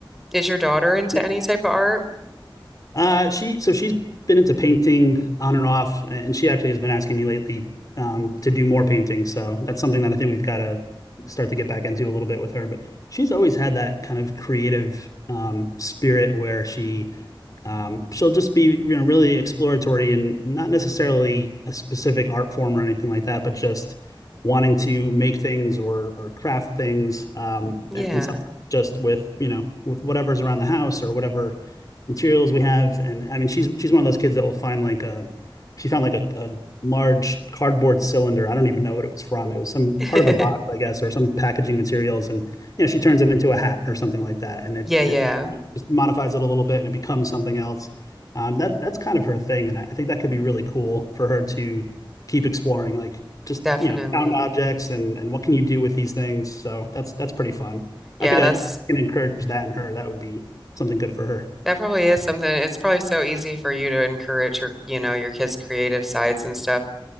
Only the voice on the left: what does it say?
yeah,
uh, she so she's been into painting on and off, and she actually has been asking me lately um, to do more painting. So that's something that I think we've got to start to get back into a little bit with her. But she's always had that kind of creative um, spirit where she Um, she'll just be, you know, really exploratory and not necessarily a specific art form or anything like that, but just wanting to make things or or craft things, um,
and, something just with, you know, with whatever's around the house or whatever materials we have. And I mean, she's she's one of those kids that will find like a, she found like a, a large cardboard cylinder. I don't even know what it was from. It was some
part of a box, I guess, or some packaging materials, and you know, she turns it into a hat or something like that, and it,
you
know just modifies it a little bit and it becomes something else. Um, that that's kind of her thing, and I I think that could be really cool for her to keep exploring, like just
you know found objects and and what can you do with these things. So that's that's pretty fun.
I think
I can encourage that in her. That would be something good for her.